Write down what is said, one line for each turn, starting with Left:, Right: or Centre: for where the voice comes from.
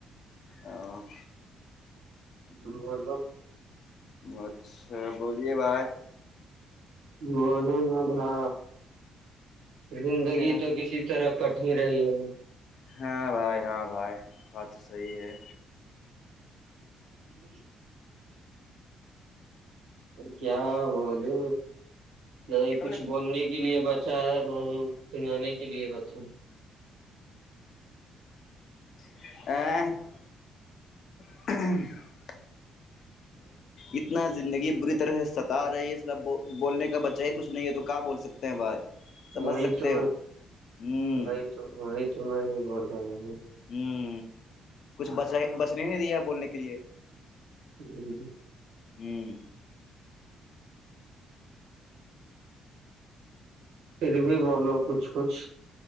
Left: او
Right: بلو
Left: اچھا بولیے بھائی
Right: معلوموم ہ زندگی
Left: کیا
Right: تو کسی طرف کٹ ہی رہی ہے وہ
Left: ہاں بھائی ہاں بھائی بات تو صحیح ہے
Right: جی اور کیا بولے نہ ہی
Left: ا
Right: کچھ بولنے کے لیے بچا ہے نہ ہی سنانے کے لیے بچسوں
Left: آ <inaudible> اتنا زندگی بری طرح سے ستا رہی ہے سلب بولنے کا بچہ ہی کچھ نہیں ہے تو کہ بول سکتے ہیں بھائی سمجھ
Right: وہی
Left: سکتے
Right: تو میں
Left: ہو ہوں
Right: وہی تو وہی تو میں بھی بول رہا ہوں
Left: ہوں کچھ بچنے نہیں دیا ہے بولنے کے لیے
Right: جی جی
Left: ہوں
Right: پھر بھی بولو کچھ کچھ